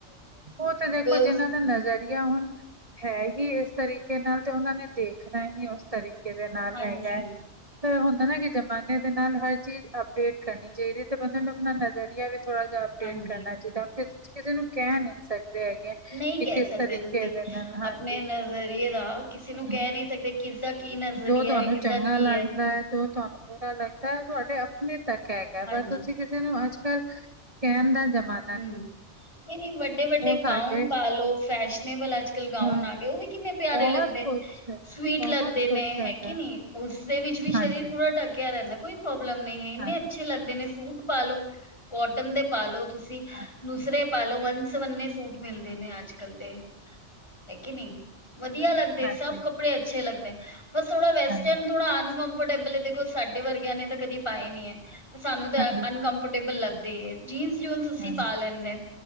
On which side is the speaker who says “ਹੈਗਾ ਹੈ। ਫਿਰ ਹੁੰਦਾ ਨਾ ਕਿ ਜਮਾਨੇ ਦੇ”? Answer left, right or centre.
Right